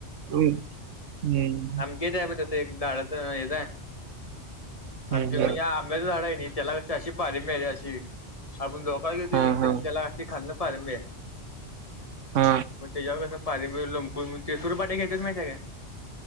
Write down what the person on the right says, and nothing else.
हम्म
हम्म
हा हा
हा